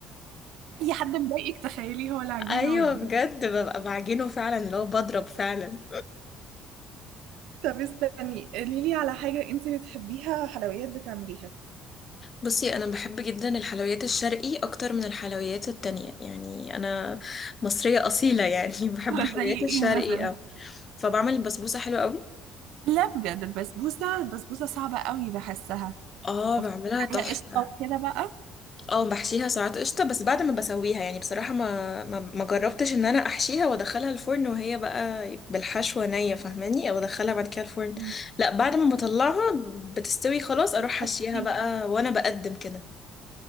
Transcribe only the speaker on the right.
اي حد مضايقك تخيليه هو العجينه
والدقيق
طب استني قولي لي على حاجة انت بتحبيها حلويات بتعمليها
آه،
زي ايه
مثلا؟
لا بجد البسبوسة البسبوسة صعبة قوي بحسها
وبتبقى
عليها قشطة وكده بقى
مم.
أوكي.